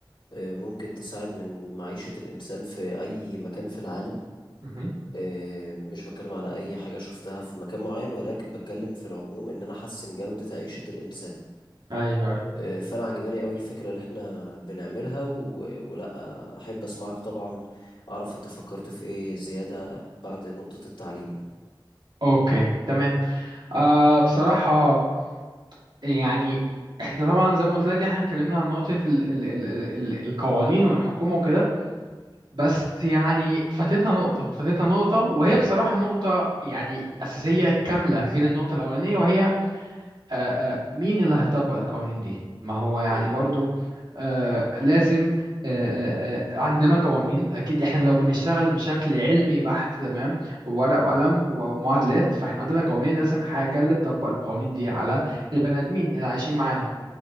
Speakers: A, on the left; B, on the right.
A: آه، ممكن تساعد من معيشة الانسان في اي مكان في العالم
B: مهم.
A: آه، مش بتكلم على اي حاجة شفتها في مكان معين ولكن بتكلم في العموم ان انا احسن جودة عيشة الانسان
B: ايوه ايوه
A: آه، فانا عجباني قوي الفكره اللي احنا بنعملها و... ولا آه، احب اسمعك طبعا اعرف انت فكرت في ايه زياده بعد نقطه التعليم يعني
B: <laughs> اوكي تمام آه بصراحة يعني احنا طبعا زي ما قلت لك احنا اتكلمنا عن نقطة ال ال ال ال القوانين والحكومة وكده بس يعني فاتتنا نقطة فاتتنا نقطة وهي بصراحة نقطة يعني أساسية كاملة غير النقطة الأولانية وهي آه، آه، مين اللي هيطبق القوانين دي ما هو يعني
A: امم
B: برضو آه، لازم آه، آه، آه، عندنا قوانين أكيد إحنا لو بنشتغل بشكل علمي بحت تمام ورق وقلم ومعادلات فإحنا عندنا قوانين لازم حاجة اللي تطبق القوانين دي على البني آدمين اللي عايشين معانا